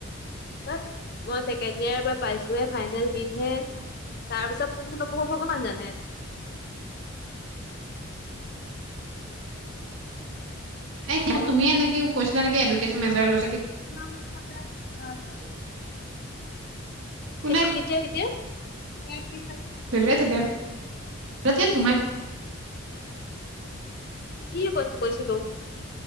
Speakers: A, on the left (about 50°); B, on the right (about 70°).
A: <unintelligible> মই ছেকেণ্ড ইয়াৰ পৰা পাইছোহে ফাইনেল দিম হে। তাৰ পিছত পঢ়ো নপঢ়ো ভগৱান জানে।
B: এতিয়া
A: হেল্ল'
B: তুমি নেকি কৈছিলা নেকি এডুকেশ্যন মেজৰ লৈছোঁ কি।
A: <unintelligible>
B: কোনে
A: কেত কেতিয়া কেতিয়া <unintelligible>
B: দেলে তেতিয়া হ'লে, তাকে তোমাক
A: কি কথ কৈছিলো?